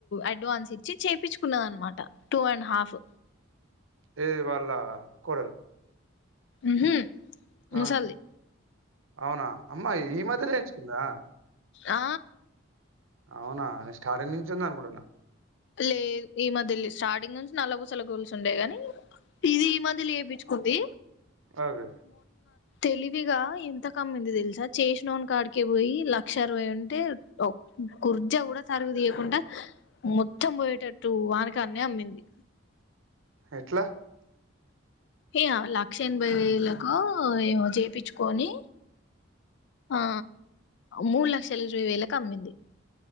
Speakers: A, on the left; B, on the right.
A: అడ్వాన్స్ ఇచ్చి చేయిించుకున్నద అనమాట టూ అండ్ హాఫ్
B: ఇది వాళ్ళ కూడలు
A: ఉహుమ్ ముసల్ధి
B: ఆ అవునా అమ్మా ఈ మధ్య నేర్చుకుందా
A: ఆ
B: అవునా నేను స్టార్టింగ్ నుంచి ఉంది అనుకుంటున్నా
A: లేదు ఈ మధ్యలి స్టార్టింగ్ నుంచి నల్ల పూసల గొలుసు ఉండే గాని ఇది ఈ మధ్యల చెప్పుకుంది.
B: అదే
A: తెలివిగా ఎంత కమ్మింది తెలుసా చేసి నోడి కాడికే పోయి లక్ష అరవై ఉంటే కుర్జా కూడా తరుగు తీయకుండా మొత్తం పోయేటట్టు వానకాన్నే అమ్మింది.
B: ఎట్లా
A: ఎ ఆ లక్ష ఎనభై వేలకో ఏమో చేపించుకొని ఆ మూడు లక్షలు ఇరవై వేలకు అమ్మింది.